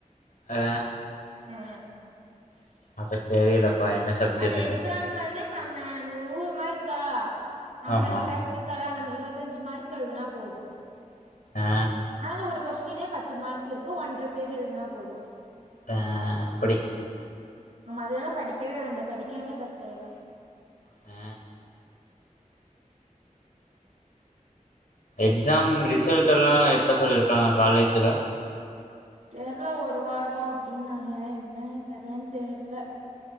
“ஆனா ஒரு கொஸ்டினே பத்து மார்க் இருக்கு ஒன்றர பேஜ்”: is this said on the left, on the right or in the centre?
Right